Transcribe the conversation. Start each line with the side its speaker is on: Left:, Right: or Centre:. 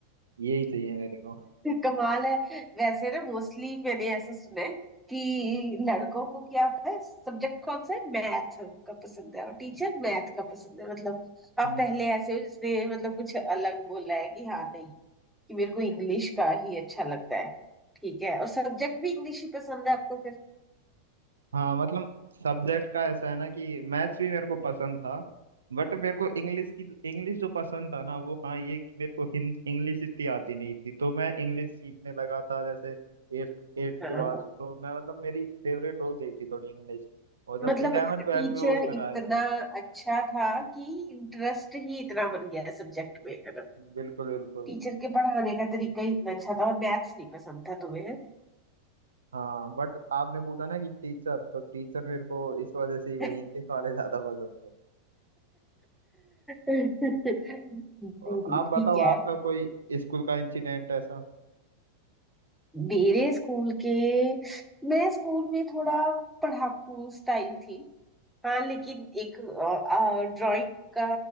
Right: यही चाहिए मेरे को
Centre: कमाल है वैसे ना मोस्टली मैंने ऐसे सुना है कि लड़कों को क्या होता है सब्जेक्ट कौन सा है मैथ का पसंद है और टीचर मैथ का पसंद है मतलब आप
Right: हम्म
Centre: पहले ऐसे हो जिसने मतलब कुछ अलग बोला है कि हाँ नहीं कि मेरे को इंग्लिश का ही अच्छा लगता है ठीक है और सब्जेक्ट भी इंग्लिश ही पसंद है आपको फिर
Right: हाँ मतलब सब्जेक्ट का ऐसा है ना कि मैथ्स भी मेरे को पसंद था बट मेरे को इंग्लिश की इंग्लिश जो पसंद था ना वो हाँ ये कि मेरे को हिं- इंग्लिश इतनी आती नहीं थी तो मैं इंग्लिश सीखने लगा था जैसे एट्थ एट्थ
Centre: हाँ
Right: के बाद तो मैं मतलब मेरी फेवरेट हो गई थी थोड़ी इंग्लिश और जब
Centre: मतलब
Right: इलेवन ट्वेल्थ
Centre: टीचर
Right: में वो सर
Centre: इतना
Right: आए थे
Centre: अच्छा था कि इंटरेस्ट ही इतना बन गया सब्जेक्ट में है ना
Right: बिल्कुल बिल्कुल
Centre: टीचर के पढ़ाने का तरीका ही इतना अच्छा था और मैथ्स नहीं पसंद था तुम्हें
Right: हाँ बट आपने पूछा ना कि टीचर तो टीचर मेरे को इस वजह से ही वो
Centre: <laughs>
Right: इंग्लिश वाले ज्यादा पसंद थे
Centre: नहीं
Right: और
Centre: नहीं
Right: आप
Centre: ठीक
Right: बताओ
Centre: है
Right: आपका कोई स्कूल का इंसिडेंट ऐसा
Centre: मेरे स्कूल के मैं स्कूल में थोड़ा पढ़ाकू स्टाइल थी हाँ लेकिन एक ड्राइंग का